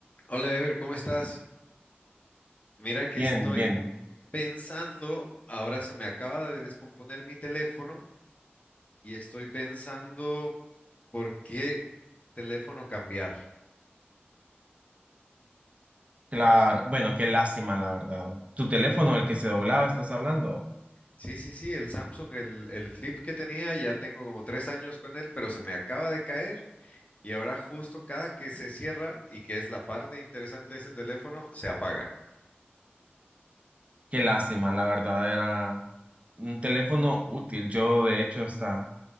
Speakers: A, on the left; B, on the right.
A: Hola Ever, ¿cómo estás? Mira que
B: Bien,
A: estoy
B: bien,
A: pensando, ahora se me acaba de descomponer mi teléfono y estoy pensando por qué teléfono cambiar.
B: claro.
A: No s-
B: Bueno, qué lástima, la verdad. Tu teléfono, el que se doblaba, estás hablando.
A: sí, sí, sí, el Samsung, el, el Flip que tenía, ya tengo como tres años con él, pero se me acaba de caer y ahora justo cada que se cierra y que es la parte interesante de ese teléfono, se apaga.
B: Qué lástima, la verdad, era un teléfono útil. Yo, de hecho, hasta